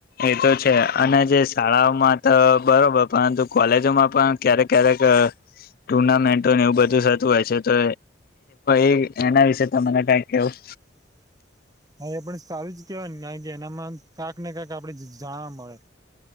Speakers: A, on the left (about 50°); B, on the right (about 20°).
A: એ તો છે, અને જે શાળાઓમાં તો બરોબર પરંતુ કોલેજોમાં પણ ક્યારેક ક્યારેક <unintelligible> ટુર્નામેન્ટોને એવું બધું થતું હોય છે, તો એ એ એના વિશેને કાય કેવું
B: <inaudible> હા એ પણ સારું જ કેવાય ને કારણ કે એનામાં ક્યાંક ને ક્યાંક આપડે જાણવા મળે